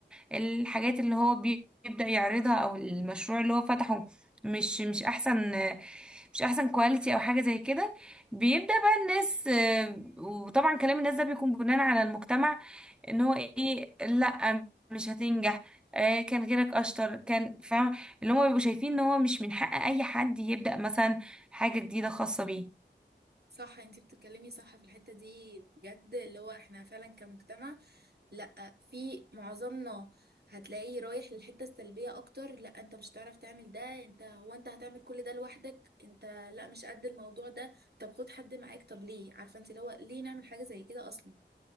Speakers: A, in the centre; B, on the right.
A: الحاجات اللي هو بي- بيبدأ يعرضها او المشروع اللي هو فتحه مش مش احسن آه، مش احسن كواليتي او حاجة زي كده بيبدأ بقى الناس آه، وطبعا كلام الناس ده بيكون بناء على المجتمع ان هو ايه لا مش هتنجح آه، كان غيرك اشطر كان فاهم اللي هم بيبقوا شايفين ان هو مش من حق اي حد يبدأ مثلا حاجة جديدة خاصة بيه
B: صح انت بتتكلمي صح في الحتة دي بجد اللي هو احنا فعلا كمجتمع لا في معظمنا هتلاقيه رايح للحتة السلبية اكتر لا انت مش هتعرف تعمل ده انت هو انت هتعمل كل ده لوحدك انت لا مش قد الموضوع ده طب خد حد معاك طب ليه عارفة انت اللي هو ليه نعمل حاجة زي كده اصلا